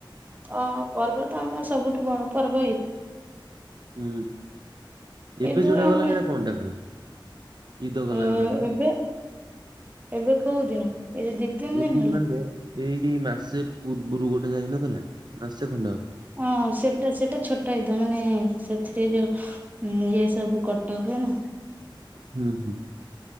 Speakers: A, on the right; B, on the right.
A: ଅ ପର୍ବ ତ ଆମର ସବୁଠୁ ବଡ ପର୍ବ ଏଇ।
B: ହୁଁ। ଏବେ
A: ଇଦରେ
B: ଯୋଉଟା
A: ଆମେ
B: ଗଲା ସେଟା କଣଟା ଗଲା ଇଦ ଗଲା
A: ଅ
B: ହେ ନା କଣ?
A: ଏବେ ଏବେ କୋଉ ଦିନ ଏଇ ଯୋ ଦି ତିନି
B: ଏବେ
A: ଦିନ ହେଲା
B: ମାନେ ଏଇଟି ମାସେ ପୂର୍ବରୁ ଗୋଟେ ଯାଇନଥିଲା ମାସେ ଖଣ୍ଡେ ହବ।
A: ହଁ ହଁ ସେଟା ସେଟା ଛୋଟ ଇଦ ମାନେ ସେଥିରେ ଯୋଉ ହୁଁ ଇଏ ସବୁ କଟା ହୁଏ ନା
B: ହୁଁ ହୁଁ